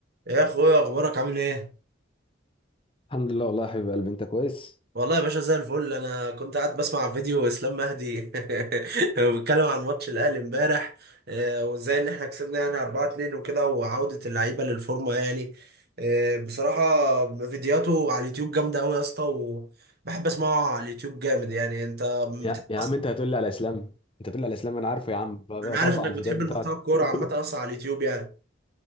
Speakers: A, on the right; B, on the left.
A: يا اخويا اخبارك عامل ايه
B: الحمد لله والله يا حبيب قلبي انت كويس
A: والله يا باشا زي الفل انا كنت قاعد بسمع فيديو اسلام مهدي <laughs> بيتكلم عن ماتش الاهلي امبارح آه، وازاي ان احنا كسبنا يعني 4 2 وكده وعودة اللعيبة للفورمة يعني آه، بصراحة فيديوهاته على اليوتيوب جامدة قوي يا اسطى وبحب اسمعه على اليوتيوب جامد يعني انت بتحب
B: يا يا
A: اصلا
B: عم انت هتقول لي على اسلام انت هتقول لي على اسلام انا عارفه يا عم ب- بطبق
A: انا عارف انك
B: على
A: بتحب
B: الفيديوهات بتاعته
A: المحتوى الكورة
B: <laughs>
A: عامة اصلا على اليوتيوب يعني